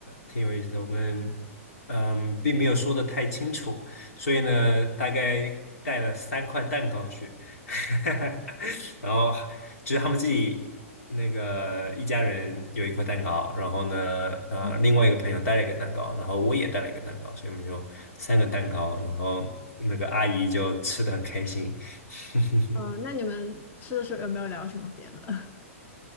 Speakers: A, on the left; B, on the left.
A: 挺有意思的，我们嗯并没有说的太清楚，所以呢大概带了三块蛋糕去，<laughs> 然后就是他们自己那个一家人有一块蛋糕，然后呢呃另外一个朋友带了一个蛋糕，
B: 嗯
A: 然后我也带了一个蛋糕，所以我们就三个蛋糕，然后那个阿姨就吃的很开心。<laughs>
B: 嗯、那你们吃的时候有没有聊什么别的？<laughs>